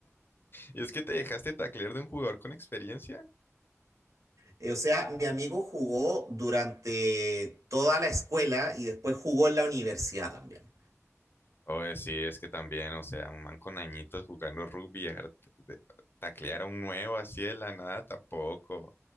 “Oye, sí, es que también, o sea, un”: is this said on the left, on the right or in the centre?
Left